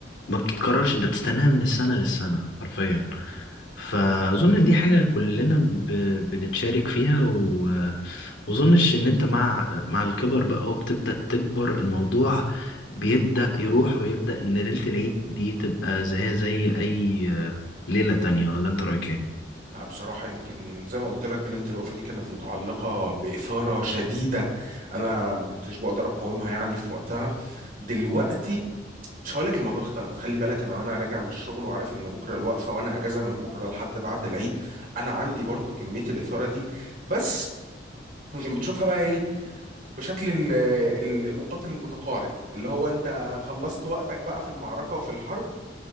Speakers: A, on the left; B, on the right.
A: ما بتتكررش انت بتستناها من السنة للسنة حرفيا فأظن إن دي حاجة كلنا ب... بنتشارك فيها و... وأظنش إن أنت مع مع الكبر بقى وبتبدأ تكبر الموضوع بيبدأ يروح ويبدأ إن ليلة العيد دي تبقى زيها زي أي آه، ليلة تانية ولا أنت رأيك إيه؟
B: آه، بصراحة يمكن زي ما قلت لك ليلة الوقفة دي كانت متعلقة بإثارة شديدة أنا ما كنتش بقدر أقاومها يعني في وقتها دلوقتي مش هقول لك الموضوع اختلف خلي بالك أنا وأنا راجع من الشغل وعارف إن بكرة الوقفة وأنا أجازة من بكرة لحد بعد العيد أنا عندي برضو كمية الإثارة دي بس يمكن بتشوفها بقى ايه بشكل ال- ال- المقاتل المتقاعد اللي هو انت خلصت وقتك بقى في المعركة وفي الحرب